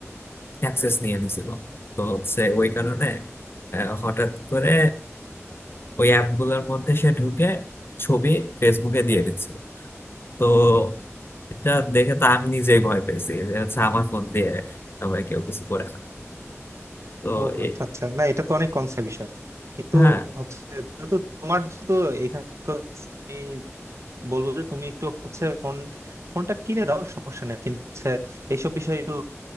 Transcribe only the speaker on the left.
অ্যাক্সেস নিয়ে নিছিল তো হচ্ছে ওই কারণে আহ, হঠাৎ করে ওই অ্যাপগুলোর মধ্যে সে ঢুকে ছবি ফেসবুকে দিয়ে দিচ্ছিল তো এটা দেখে তো আমি নিজেই ভয় পেয়েছি যে হচ্ছে আমার ফোন দিয়ে সবাই কেউ কিছু করে না তো
এ-
হ্যাঁ